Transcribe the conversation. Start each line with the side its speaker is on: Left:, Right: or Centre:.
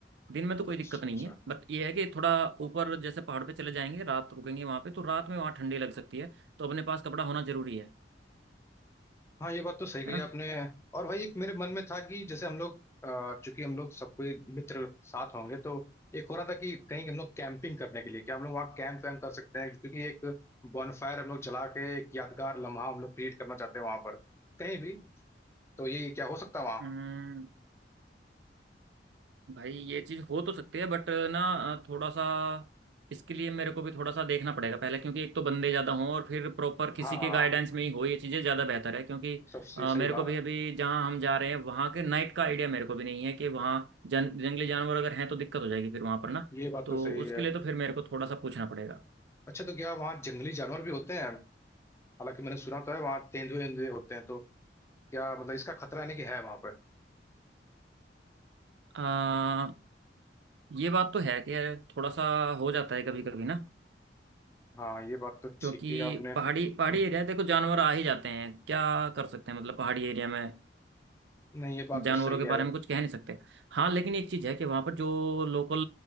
Right: दिन में तो कोई
Left: अच्छा
Right: दिक्कत नहीं
Left: अच्छा
Right: है बट ये है कि थोड़ा ऊपर जैसे पहाड़ पे चले जाएंगे रात रुकेंगे वहाँ पे तो रात में वहाँ ठंडी लग सकती है तो अपने पास कपड़ा होना जरूरी है
Left: हाँ ये बात तो सही कही
Right: है ना
Left: आपने और भाई एक मेरे मन में था कि जैसे हम लोग अ, चूंकि हम लोग सब कोई मित्र साथ होंगे तो एक हो रहा था कि कहीं हम लोग कैंपिंग करने के लिए क्या हम लोग वहाँ कैंप वैम्प कर सकते हैं क्योंकि एक बॉनफायर हम लोग जला के एक यादगार लम्हा हम लोग क्रिएट करना चाहते हैं वहां पर कहीं भी तो ये क्या हो सकता है वहाँ
Right: हम्म, भाई ये चीज हो तो सकती है बट ना थोड़ा सा इसके लिए मेरे को भी थोड़ा सा देखना पड़ेगा पहले क्योंकि एक तो बंदे ज्यादा हों और फिर प्रॉपर किसी
Left: हाँ हाँ,
Right: के गाइडेंस में ही हो ये चीजें ज्यादा बेहतर है क्योंकि
Left: सबसे
Right: अ,
Left: सही
Right: मेरे
Left: बात
Right: को भी अभी जहाँ हम जा रहे हैं वहाँ के नाइट का आइडिया मेरे को भी नहीं है कि वहाँ जन जंगली जानवर अगर हैं तो दिक्कत हो जाएगी फिर वहाँ पर ना
Left: ये बात
Right: तो
Left: तो सही
Right: उसके
Left: है
Right: लिए तो फिर मेरे को थोड़ा सा पूछना पड़ेगा
Left: अच्छा तो क्या वहाँ जंगली जानवर भी होते हैं हालांकि मैंने सुना तो है वहाँ तेंदुए तेंदुए होते हैं तो क्या मतलब इसका खतरा यानी कि है वहां पर
Right: अ, ये बात तो है कि थोड़ा सा हो जाता है कभी कभी ना
Left: हाँ ये बात तो
Right: क्योंकि
Left: ठीक है आपने हम्म,
Right: पहाड़ी पहाड़ी एरिया है देखो जानवर आ ही जाते हैं क्या कर सकते हैं मतलब पहाड़ी एरिया में
Left: नहीं ये बात
Right: जानवरों
Left: तो सही
Right: के
Left: है
Right: बारे में कुछ कह नहीं सकते हाँ लेकिन एक चीज़ है कि वहाँ पर जो लोकल